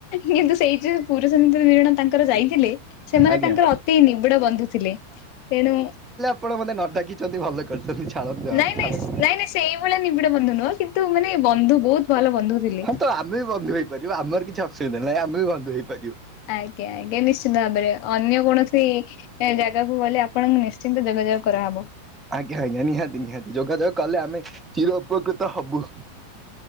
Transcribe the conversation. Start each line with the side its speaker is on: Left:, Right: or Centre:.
Left: ଇଏତ ସେଇ ଯୋଉ ପୁରୁଷ ମିତ୍ର ଦି ଜଣ ତାଙ୍କର ଯାଇଥିଲେ ସେମାନେ
Right: ଆଜ୍ଞା
Left: ତାଙ୍କର ଅତି ନିବିଡ଼ ବନ୍ଧୁ ଥିଲେ ତେଣୁ
Right: ଆପଣମତେ ନଡାକିଛନ୍ତି ଭଲ କରିୁଛନ୍ତି ଛାଡ଼ନ୍ତୁ
Left: ନାଇଁ
Right: ଆଉ
Left: ନାଇଁ
Right: ଛାଡନ୍ତୁ।
Left: ନାଇଁ ନାଇଁ ସେଇଭଳିଆ ନିବିଡ଼ ବନ୍ଧୁ ନୁହଁ କିନ୍ତୁ ମାନେ ବନ୍ଧୁ ବହୁତ୍ ଭଲ ବନ୍ଧୁ। ଥିଲେ।
Right: ହଁତ ଆମେବି ବନ୍ଧୁ ହେଇପାରିବୁ ଆମର କିଛି ଅସୁବିଧା ନାହିଁ ଆମେବି ବନ୍ଧୁ ହେଇପାରିବୁ।
Left: ଆଜ୍ଞା ଆଜ୍ଞା ନିଶ୍ଚିନ୍ତ ଭାବରେ ଅନ୍ୟ କୌଣସି ଏଜାଗାକୁ ଗଲେ ଆପଣଙ୍କୁ ନିଶ୍ଚିନ୍ତ ଯୋଗାଯୋଗ କରାହେବ।
Right: ଆଜ୍ଞା ଆଜ୍ଞା ନିହାତି ନିହାତି ଯୋଗାଯୋଗ କଲେ ଆମେ ଚିର ଉପକୃତ ହବୁ।